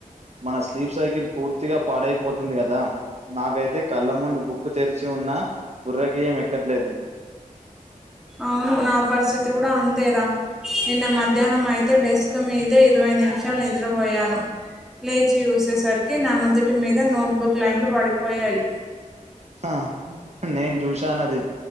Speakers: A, on the right; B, in the centre.
A: మన స్లీప్ సైకిల్ పూర్తిగా పాడైపోతుంది కదా నాకైతే కళ్ళ ముందు బుక్ తెరిచి ఉన్నా బుర్రకి ఏం ఎక్కట్లేదు
B: అవును నా పరిస్థితి కూడా అంతేరా నిన్న మధ్యాహ్నం అయితే డెస్క్ మీదే ఇరవై నిమిషాలు నిద్రపోయాను లేచి చూసేసరికి నానొదుటి మీద నోట్బుక్ లైన్లు పడిపోయాయి
A: ఆ నేను చూసానది